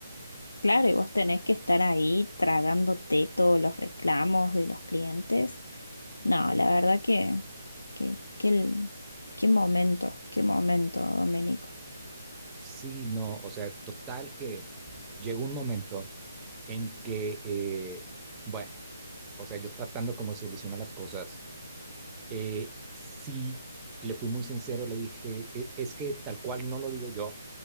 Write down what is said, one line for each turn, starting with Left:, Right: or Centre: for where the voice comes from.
Left: Claro, y vos tenés que estar ahí tragándote todos los reclamos de los clientes. No, la verdad que, que, que el- qué momento, qué momento, Domenico.
Right: Sí, no, o sea, total que llegó un momento en que, eh, bueno, o sea, yo tratando como de solucionar las cosas, eh, sí le fui muy sincero, le dije, "E, es que tal cual no lo digo yo,